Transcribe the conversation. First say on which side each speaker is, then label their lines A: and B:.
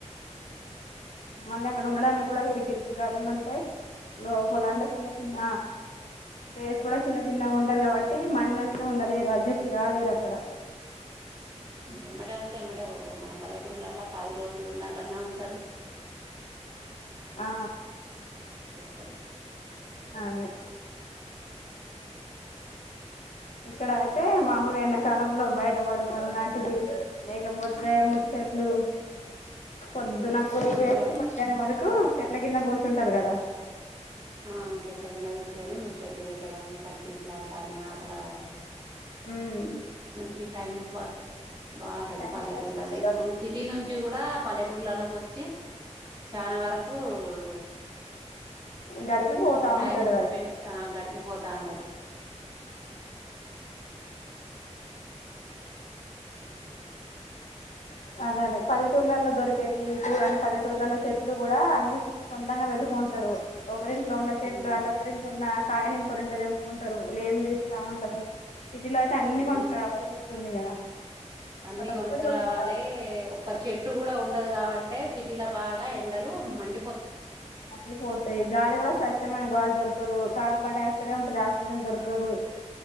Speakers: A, on the left (about 70°); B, on the right (about 40°).
A: మళ్ళీ అక్కడ ఉండడానికి కూడా ఇరుకు ఇరుకు గదులు ఉంటయి. లో పోలండ చిన్న చిన్న ప్లేస్ కూడా చిన్న చిన్నగా ఉంటది కాబట్టి, మంది వచ్చినా ఉండలేరు అడ్జస్ట్ గాలేరక్కడ.
B: ఎంబటె వస్తే ఎంబటె పోతరు, మన పల్లెటూర్లలా పది రోజులు ఉండాలన్నా ఉంటరు.
A: ఆ
B: తరు
A: అదే ఇక్కడ అయితే మామూలుగా ఎండాకాలంలో బయట పడుకోవడం లాంటిది, లేకపోతే ము చెట్లు పొద్దున కూలికి
B: కూర్చో
A: పోయోచ్చి మధ్యాహ్నం వరకు, చెట్ల కింద కూర్చుంటరు కదా.
B: ఆ చెట్ల కింద కూర్చొని ముచెట్లు పెట్టడం, పచ్చీసులాటని ఆటలాడడం.
A: ఉమ్
B: మంచి టైమ్ పాస్. బాగుంటది
A: టైం
B: పల్లెటూర్లల్ల,
A: పాస్
B: ఇప్పుడు సిటీ నుంచి కూడా పల్లెటూర్లల్లకొచ్చి చానా వరకు రు
A: గడిపిపోతా
B: టైం
A: ఉంటారు కదా
B: స్పెండ్ ఆ గడిపిపోతా ఉంటారు
A: అదే అదే పల్లెటూర్లలో దొరికేది అంటే పల్లెటూర్లలో చెట్లు కూడా అన్ని సొంతంగా పెట్టుకుంటారు ఒకరింట్లో ఉన్న చెట్లు
B: ఉమ్
A: అంటే ఒకరింట్లో ఉన్న కాయలు ఇంకోరి ఇంట్లో తెంపుకుంటారు లేనిది ఇస్తా ఉంటారు సిటీ లో అయితే అన్ని
B: ఉమ్
A: కొనుక్కు రావాల్సి వస్తుంది కదా
B: అన్ని
A: ప్రతి
B: కొనుక్కు
A: ఒక్కటి కొనుక్కోవాలి
B: రావాలే ఓక చెట్టు కూడా ఉండదు కాబట్టే సిటీ లో బాగా ఎండలు మండి
A: మండిపోతాయి గాలి కూడా స్వచ్ స్వచ్చమైన గాలి దొరకదు కార్బన్ డైఆక్సైడే ఉంటాది ఆక్సిజన్ దొరకదు